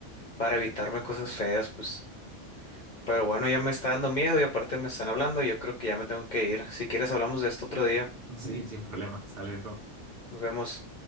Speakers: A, on the left; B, on the right.
A: para evitarme cosas feas, pues. Pero bueno, ya me está dando miedo y aparte me están hablando y yo creo que ya me tengo que ir. Si quieres, hablamos de esto otro día.
B: Sí, sin problema. Sale, viejo.
A: Nos vemos.